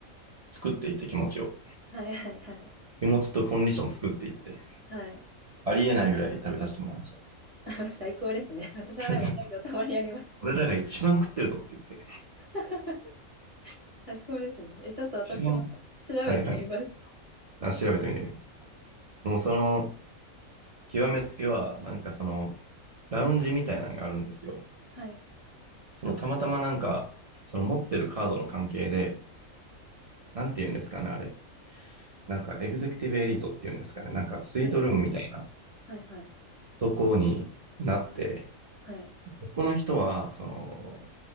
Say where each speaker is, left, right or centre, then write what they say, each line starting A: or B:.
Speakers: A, on the right; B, on the right.
A: う、作っていって気持ちを。
B: はい、はい、はい。
A: 気持ちとコンディション作っていって、
B: はい。
A: ありえないぐらい食べさせてもらいました
B: <laughs> 最高ですね。私もでもそういうのたまにあります。
A: <laughs>。俺らが一番食ってるぞって言って。
B: <laughs> 最高ですね。え、ちょっと私も調べてみます。
A: 一番はいはい。あ調べてみたけど。もうその、極めつけは、なんかその、ラウンジみたいなのがあるんですよ。
B: はい。
A: その、たまたまなんか、その持ってるカードの関係で、なんて言うんですかね、あれ。なんか、エグゼクティブエリートっていうんですかね。なんか、スイートルームみたいな
B: はい。はい。はい。
A: とこになって、
B: はい。
A: この人は、その、